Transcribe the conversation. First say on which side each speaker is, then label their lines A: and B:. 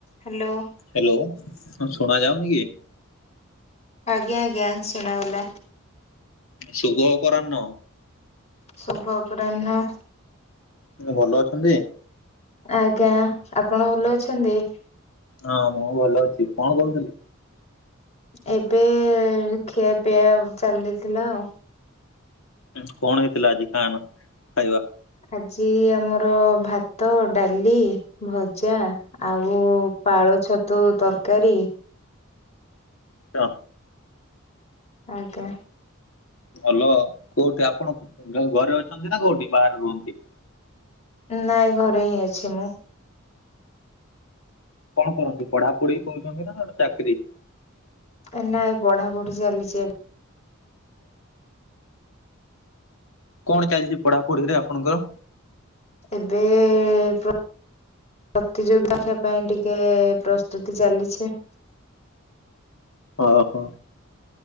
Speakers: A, on the left; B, on the left.
A: Hello
B: hello କଣ୍ ଶୁଣା ଯାଉନି କି?
A: ଆଜ୍ଞା ଆଜ୍ଞା ଶୁଣାାଗଲା।
B: ଶୁଭ ଅପରାହ୍ନ।
A: ଶୁଭ ଅପରାହ୍ନ।
B: ଏଁ ଭଲ ଅଛନ୍ତି?
A: ଆଜ୍ଞା। ଆପଣ ଭଲ ଅଛନ୍ତି?
B: ହଁ ମୁଁ ଭଲ ଅଛି କଣ କରୁଥିଲି?
A: ଏବେ ଖିଆପିଆ ଚାଲିଥିଲା ଆଉ।
B: ହୁଁ କଣ ହେଇଥିଲା ଆଜି ଖାନା ଖାଇବା?
A: ଆଜି ଆମର ଭାତ, ଡାଲି, ଭଜା ଆଉ ପାଳ ଛତୁ ତର୍କାରୀ।
B: ଚଁ
A: ଆଜ୍ଞା।
B: ଭଲ, କୋଉଠି ଆପଣ ଗ ଘରେ ଅଛନ୍ତି ନା କୋଉଠି ବାହାରେ ରୁହନ୍ତି?
A: ନାଇଁ ଘରେ ହିଁ ଅଛି ମୁଁ।
B: କଣ କରନ୍ତି ପଢାପଢି କରୁଚନ୍ତିନା ନା ଚାକ୍ରି?
A: ଏ ନା ଏବେ ପଢା ପଢି ଚାଲିଛି ଏବେ।
B: କଣ ଚାଲିଚି ପଢାପଢିରେ ଆପଣଙ୍କର?
A: ଏବେ--ପ୍ର ପ୍ରତିଯୋଗୀ ରଖିବା ପାଇଁ ଟିକେ ପ୍ରସ୍ତୁତି ଚାଲିଛି।
B: ଓ ହୋ।